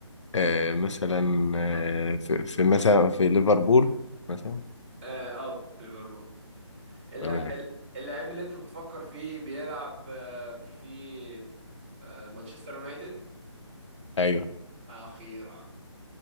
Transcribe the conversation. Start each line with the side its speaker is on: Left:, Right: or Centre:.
Left: آه، مثلا آه، في في مثلا في ليفربول مثلا
Right: اه آه، في ليفربول اللا-
Left: تمام
Right: ال- اللاعب اللي انت بتفكر فيه بيلعب آه، في آه، مانشستر يونايتد
Left: ايوه
Right: اخيرا